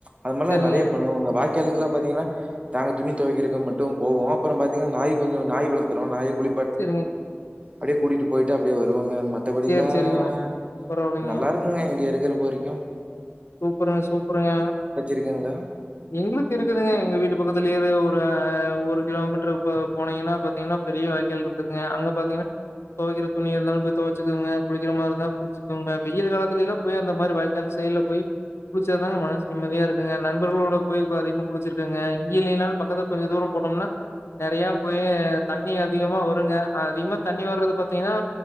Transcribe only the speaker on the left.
சேரிங்க
சேரிங்க
சேரி சேரிங்க பரவாயில்லைங்க
சூப்பருங்க சூப்பருங்க
எங்களுக்கு இருக்குதுங்க எங்க வீட்டு பக்கத்துலேயே ஒரு ஒரு கிலோமீட்டர் போனீங்கன்னா பாத்தீங்கன்னா பெரிய வாய்கால் இருக்குதுங்க அங்க பாத்தீங்கன்னா துவக்கிற துணியா இருந்தாலு துவச்சிகங்க குளிக்கிற மாதிரி இருந்தாலு குளிச்சீகங்க வெயில் காலத்துல போய் அந்த மாதிரி வாய்க்கால் சைட்ல போய் குளிச்சதாங்க மனசு நிம்மதியா இருக்குங்க நண்பர்களோட போய் அதிகமா குளிச்சிருக்குங்க இங்கே இலைனாலு பக்கத்துல கொஞ்சம் தூரம் போனோம்னா நிறைய போய் தண்ணி அதிகமா வருங்க அதிகமா தண்ணி வர்றது பார்த்தீங்கன்னா